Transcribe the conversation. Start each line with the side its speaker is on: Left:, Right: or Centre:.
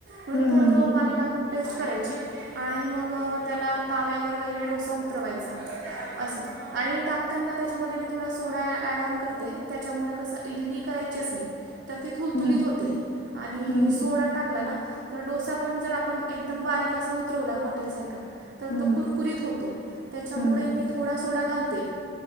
Right: म्हण
Left: हम्म
Right: थडं थोडं पाणी टाकून पेस्ट करायची आणि म त्याला ता वर वेग डोसा उतरवायचा. अस आणि टाकताना त्याच्यामध्ये मी थोडा सोडा ऑडऑन करते त्याच्यामुळे कस इडली करा. करायची असली तर ती थुल
Left: हम्म
Right: थुलीत होते आणि
Left: हम्म हम्म
Right: सोड टाकला ना. तर डोसा पण जर आपण एक बारीक अस उतरवला हॉटेल सारखा तर
Left: हम्म
Right: तो कुर होतो त्यामुळे
Left: हम्म
Right: मी थोडा सोडा घालते.